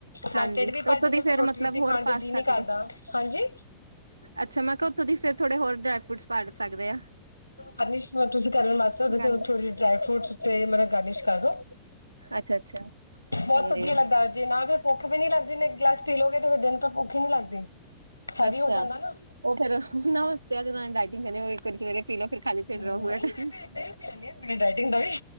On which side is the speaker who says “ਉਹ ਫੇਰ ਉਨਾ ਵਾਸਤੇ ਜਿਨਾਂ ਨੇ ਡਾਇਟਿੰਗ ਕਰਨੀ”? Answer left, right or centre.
Right